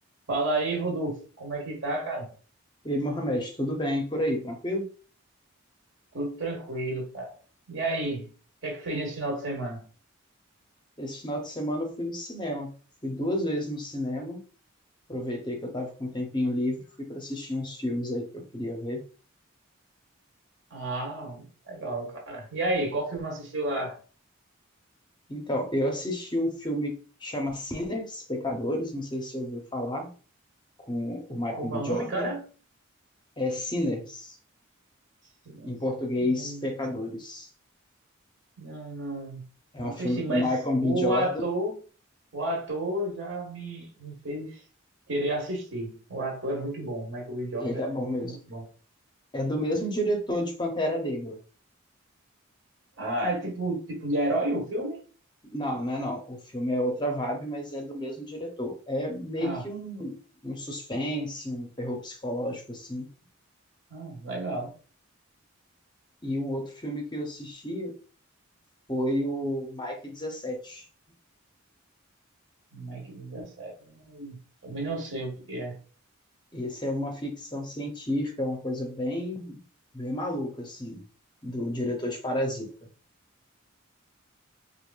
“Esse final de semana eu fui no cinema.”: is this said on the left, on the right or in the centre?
Left